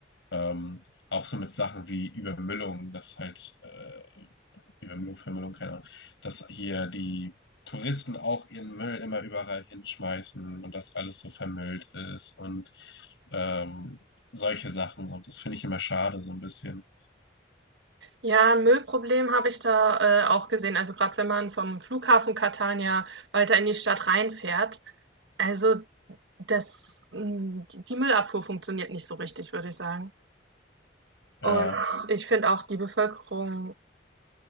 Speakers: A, on the left; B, on the right.
A: ähm, auch so mit Sachen wie Übermüllung, dass halt äh, wie Wimblow, Wimblow, keine Ahnung, dass hier die Touristen auch ihren Müll immer überall hinschmeißen und dass alles so vermüllt ist und ähm, solche Sachen. Und das finde ich immer schade, so ein bisschen.
B: Ja, Müllproblem habe ich da äh, auch gesehen. Also gerade wenn man vom Flughafen Catania weiter in die Stadt reinfährt. Also das, mh, die Müllabfuhr funktioniert nicht so richtig, würde ich sagen.
A: Ja.
B: Und ich finde auch, die Bevölkerung,